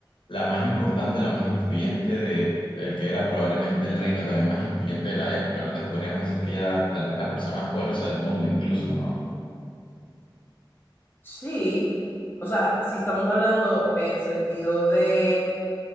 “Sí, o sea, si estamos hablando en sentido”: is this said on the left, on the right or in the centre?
Left